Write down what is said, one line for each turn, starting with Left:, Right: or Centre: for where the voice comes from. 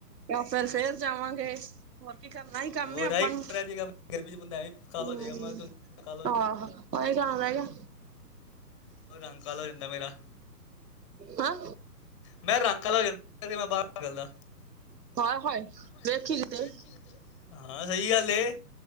Right: ਤਾਂ ਹੁਣ ਫਿਰ ਫੇਰ ਜਾਵਾਂਗੇ। ਹੋਰ ਕੀ ਕਰਨਾ ਆਹੀ ਕੰਮ
Left: ਹੋਰ
Right: ਆਪਾਂ
Left: ਆਈ
Right: ਨੂੰ
Left: ਰਹਿ ਜਾਏਗਾ ਗਰਮੀ ਚ ਬੰਦਾ ਐਵੇਂ ਕਾਲ
Right: ਹੂੰ।
Left: ਹੋ ਜਾਏਗਾ ਮੈਂ ਤਾਂ ਕਾਲ ਹੋ
Right: ਆਹਾ ਇਹੀ ਕੰਮ ਰਹਿ ਗਿਆ।
Left: ਹੋਰ ਰੰਗ ਕਾਲਾ ਹੋ ਜਾਂਦਾ ਮੇਰਾ।
Right: ਹਾਂ।
Left: ਮੈਂ ਰੰਗ ਕਾਲਾ ਯਾਜਾਂ ਜੇ ਤਾਂ ਮੈਂ ਬਾਹਰ ਨਿਕਲਦਾ।
Right: ਆਏ ਹਾਏ।
Left: ਹਾਏ
Right: ਵੇਖੀ ਕਿਤੇ
Left: ਵੇਖੀ ਕਿਤੇ। ਹਾਂ ਸਹੀ ਗੱਲ ਏ